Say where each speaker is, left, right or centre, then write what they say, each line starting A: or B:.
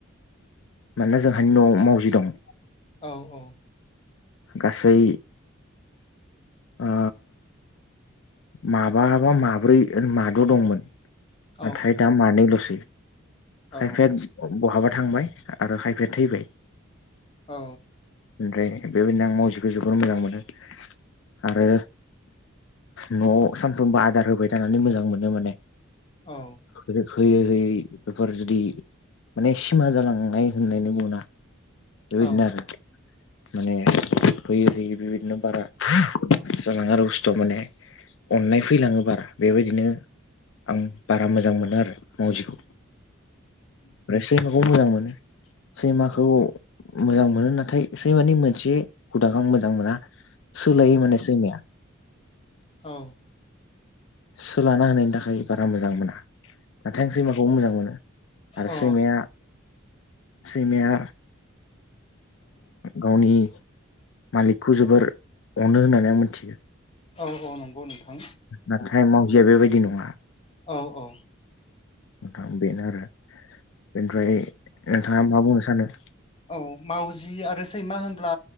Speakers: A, on the left (about 65°); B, on the left (about 30°).
A: मानोना जोंहानि न'आव मावजि दं।
B: औ औ।
A: गासै। ओ माबाबा माब्रै माद' दंमोन।
B: औ
A: नाथाय दा मानैल'सै
B: औ
A: खायफाया बहाबा थांबाय आरो खायफाया थैबाय।
B: औ।
A: ओमफ्राय बेबायदिनो आं मावजिखौ जोबोर मोजां मोनो। आरो न'आव सानफ्रोमबो आदार होबाय थानानै मोजां मोनो माने।
B: औ।
A: होयै होयै बेफोर जुदि माने सिमा जालांनाय होननानै बुङोना। बेबायदिनो
B: औ
A: आरो माने होयै होयै बेबायदिनो बारा। जालाङो आरो बुस्थ' माने अननाय फैलाङो बारा बेबायदिनो आं बारा मोजां मोनो आरो मावजिखौ। सैमाखौ मोजां मोनो। सैमाखौ मोजां मोनो नाथाय सैमानि मोनसे हुदा आं मोजां मोना। सोलायो नालाय सैमाया।
B: औ।
A: सोलाना होनायनि थाखाय बारा मोजां मोना नाथाय आं सैमाखौ। मोजां मोनो आरो
B: औ
A: सैमाया सैमाया गावनि मालिकखौ जोबोर अनो होननानै आं मिथियो।
B: औ औ नंगौ नोंथां
A: नाथाय मावजिया बेबायदि नङा।
B: औ-औ।
A: नोंथां बेनो आरो बेनिफ्राय नोंथाङा मा बुंनो सानो?
B: औ मावजि आरो सैमा होनब्ला